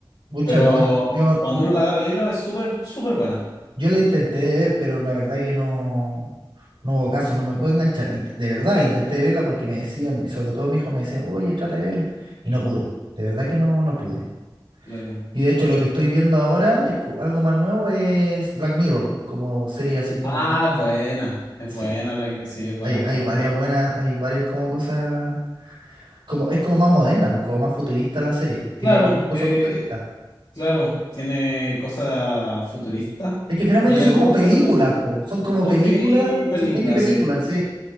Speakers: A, on the right; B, on the left.
A: pucha,
B: Pero
A: no. Yo
B: cuando uno la agarra al hilo es súper, súper buena.
A: Yo la intenté de ver, pero la verdad que no, no hubo caso, no me pude enganchar. Int- De verdad, intenté verla porque me decían, y sobre todo mi hijo me decía, oye, trata de verla. Y no pude. De verdad que no, no pude.
B: Claro.
A: Y de hecho, lo que estoy viendo ahora es co- algo más nuevo, es Black Mirror, como serie así como.
B: Ah, es buena. Es
A: Sí.
B: buena, Black Mirror. Sí, es buena,
A: Hay,
B: es buena,
A: hay varias
B: es buena.
A: buenas, hay varias como cosas. Como, es como más moderna, pues, como más futurista la serie. Tiene
B: Claro,
A: varias cosas
B: eh,
A: futuristas.
B: claro, tiene cosas futuristas.
A: Es que finalmente
B: Y hay
A: son
B: algunos
A: como películas,
B: que son, no-
A: po. Son
B: son
A: como películas,
B: mini películas,
A: son mini películas,
B: sí.
A: sí.